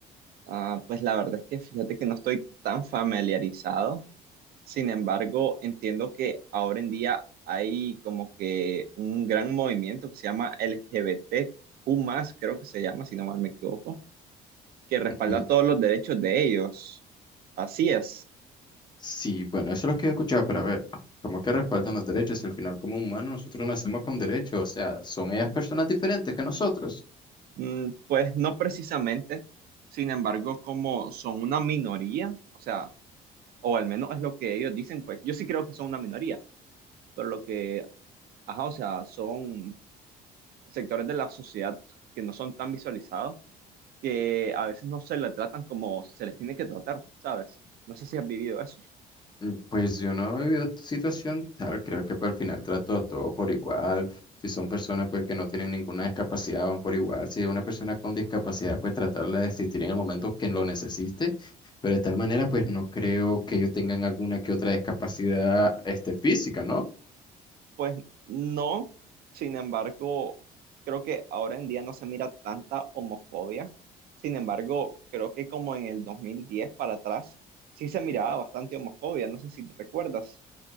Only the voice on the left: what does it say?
Mm,
Sí, bueno, eso es lo que he escuchado, pero a ver, ¿cómo que respaldan los derechos? Si al final como humanos nosotros nacemos con derechos, o sea, ¿son ellas personas diferentes que nosotros?
Mm, Pues yo no he vivido situación tal, creo que pues, al final trato a todo por igual, si son personas pues que no tienen ninguna discapacidad van por igual, si es una persona con discapacidad pues tratarla de existir en el momento que lo necesite, pero de tal manera pues no creo que ellos tengan alguna que otra discapacidad este, física, ¿no?